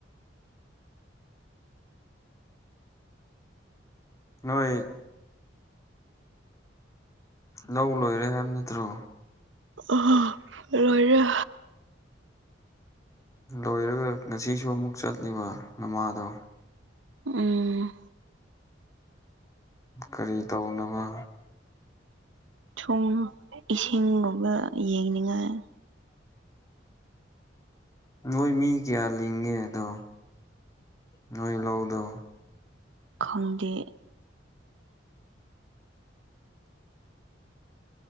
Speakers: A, on the left; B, on the right.
A: ꯍꯣꯏ ꯂꯧ ꯂꯣꯏꯔꯦ ꯍꯥꯏꯕ ꯅꯠꯇ꯭ꯔꯣ
B: ꯑ ꯂꯣꯏꯔ
A: ꯂꯣꯏꯔꯒ ꯉꯁꯤꯁꯨ ꯑꯃꯨꯛ ꯆꯠꯂꯤꯕ ꯅꯃꯥꯗꯣ
B: ꯎꯝ
A: ꯀꯔꯤ ꯇꯧꯅꯕ
B: ꯎ ꯏꯁꯤꯡꯒꯨꯝꯕ ꯌꯦꯡꯅꯤꯡꯉꯥꯏ
A: ꯅꯣꯏ ꯃꯤ ꯀꯌꯥ ꯂꯤꯡꯒꯦ ꯑꯗꯣ ꯅꯣꯏ ꯂꯧꯗꯣ
B: ꯈꯪꯗꯦ